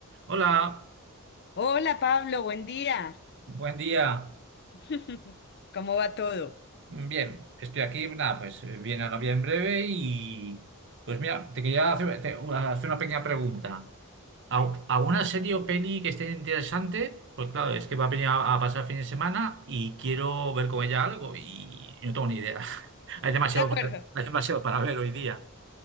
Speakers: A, on the right (about 55°); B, on the left (about 50°).
A: Hola,
B: Hola Pablo, buen día.
A: buen día.
B: <laughs> ¿Cómo va todo?
A: Bien, estoy aquí, nada, pues eh, viene a la en breve y pues mira, te quería hacer, te- una hacer una pequeña pregunta. ¿Al- ¿Alguna serie o peli que esté interesante? Pues claro, es que va a venir a, a pasar fin de semana y quiero ver con ella algo y, y no tengo ni idea. <laughs> Hay demasiado
B: De acuerdo.
A: para, hay demasiado para ver hoy día.